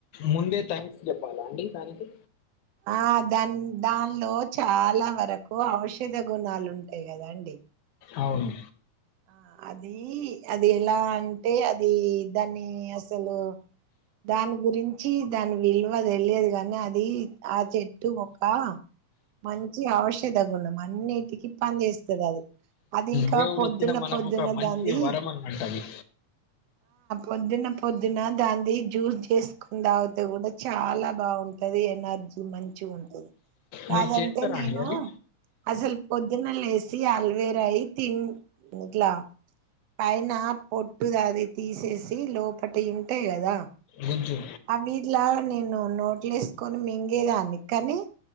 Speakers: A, on the left; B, on the right.
A: ముందే థ్యాంక్స్ చెప్పాలా అండి దానికి
B: ఆ దాని దానిలో చాలా వరకు ఔషధ గుణాలు ఉంటాయి కదా అండి
A: అవును
B: ఆ అదీ అది ఎలా అ అంటే అది దాన్ని అసలు దాని గురించి దాని విలువది వెళ్లియదు కాని అది ఆ చెట్టు ఒక మంచి అవుషా గుణం అన్నిటికిీ పని చేేస్తది అది అది ఇంకా
A: దేవుడు
B: పొద్దున్న
A: ఇచ్చిన మనకు
B: పొద్దున్న
A: ఒక మంచి
B: దాంది
A: వరం అనమాట అది
B: పొద్దున పొద్దున దాది జ్యూస్ చేసుకున్న తావాత కూడా చాలా బాగుంటంది ఎనర్జీ అ మంచి ఉంటది కాదంటే
A: మీరు చేస్తారా
B: నేను
A: అండి అది
B: అసలు పొద్దున్న లే వేసి అల్వేరా అయి తి ఇట్లా పైన పొట్టుది అది తీసేసి లోపలిటి ఉంటాయి కదా
A: గుజ్జు
B: అవి ఇలా నేను నోట్లు వేసుకొని మింగేదాన్ని కానీ